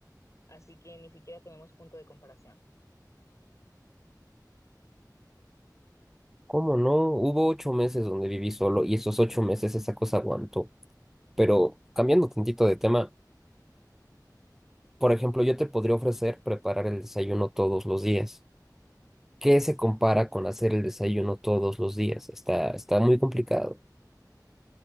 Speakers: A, on the left (about 45°); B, in the centre.
A: así que ni siquiera tenemos punto de comparación.
B: ¿Cómo no? Hubo ocho meses donde viví solo y esos ocho meses esa cosa aguantó. Pero cambiando tantito de tema, por ejemplo, yo te podría ofrecer preparar el desayuno todos los días. que se compara con hacer el desayuno todos los días. Está, está muy complicado.